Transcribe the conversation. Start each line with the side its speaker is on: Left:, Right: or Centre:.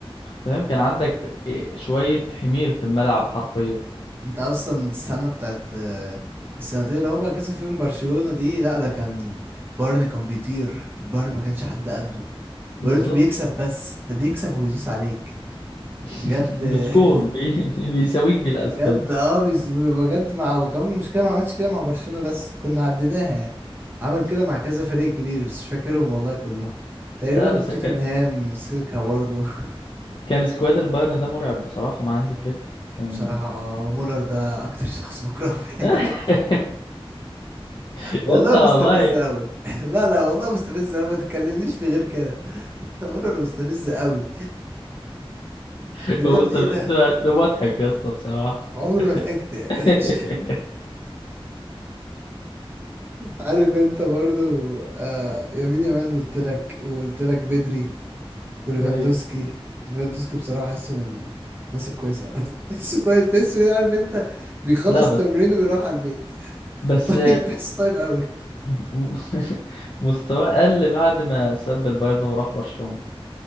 Left: تمام كان عندك إيه شوية حمير في الملعب حرفيا
Right: انت اصلا السنه بتاعت آه، السنتين اللي هو كسب فيهم برشلونه دي لا ده كان بايرن كان بيطير البايرن ما كانش حد قده
Left: بالظبط
Right: ويا ريته بيكسب بس ده بيكسب ويدوس عليك
Left: <laughs>
Right: بجد
Left: بسكور
Right: <laughs>
Left: بي... بيساويك بالأسفل
Right: بجد اه بيز- بجد مع وكمان مشكله ما عملتش كده مع برشلونه بس كنا عديناها يعني عمل كده مع كذا فريق كبير بس مش فاكرهم والله كلهم تقريبا
Left: لا لا بس
Right: توتنهام
Left: هي ك-
Right: مسكها برضه <laughs>
Left: كان سكواد البايرن ده مرعب بصراحة مع هانز فليك كان
Right: بصراحه اه ومولر ده اكتر شخص بكرهه في الحياة.
Left: <laughs> يا
Right: والله
Left: اسطى والله
Right: مستفزة أوي <laughs> لا لا والله مستفزة أوي ما تتكلمنيش في غير كده <laughs> بقول أنا مستفزة أوي
Left: <laughs>
Right: بجد
Left: مستفز
Right: إيه ده
Left: بس مضحك يا اسطى بصراحة
Right: عمري ما ضحكت يعني
Left: <laughs>
Right: <laughs> عارف أنت برضو آه يمين يامال قلت لك وقلت لك بدري وليفاندوسكي
Left: ايوه
Right: ليفاندوسكي بصراحة حاسه من الناس الكويسة أوي <laughs> تحسه كويس تحسه كده عارف أنت بيخلص
Left: لا بس
Right: التمرين وبيروح على البيت <laughs>
Left: بس
Right: طيب تحسه طيب أوي
Left: <laughs> مستواه قل بعد ما ساب البايرن وراح برشلونة